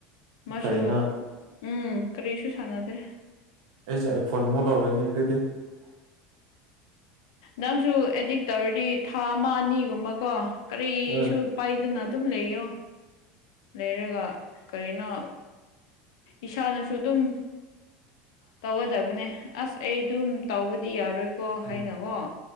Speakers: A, on the left; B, on the right.
A: ꯃꯥꯁꯨ
B: ꯐꯩꯅ
A: ꯎꯝ ꯀꯔꯤꯁꯨ ꯁꯥꯟꯅꯗ꯭ꯔꯦ
B: ꯑꯩꯁꯨ ꯑꯥꯏꯐꯣꯟꯃꯨꯛ ꯂꯧꯔꯅꯤ ꯑꯗꯨꯗꯤ
A: ꯅꯪꯁꯨ ꯑꯦꯗꯤꯛ ꯇꯧꯔꯗꯤ ꯊꯥ ꯑꯃ ꯑꯅꯤꯒꯨꯝꯕꯀꯣ ꯀꯔꯤꯁꯨ
B: ꯎꯝ
A: ꯄꯥꯏꯗꯅ ꯑꯗꯨꯝ ꯂꯩꯌꯣ ꯂꯩꯔꯒ ꯀꯔꯤꯅꯣ ꯏꯁꯥꯅꯁꯨ ꯑꯗꯨꯝ ꯇꯧꯒꯗꯕꯅꯦ ꯑꯁ ꯑꯩ ꯑꯗꯨꯝ ꯇꯧꯕꯗꯤ ꯌꯥꯔꯣꯏ ꯀꯣ ꯍꯥꯏꯅꯒ‌ꯣ
B: ꯎꯝ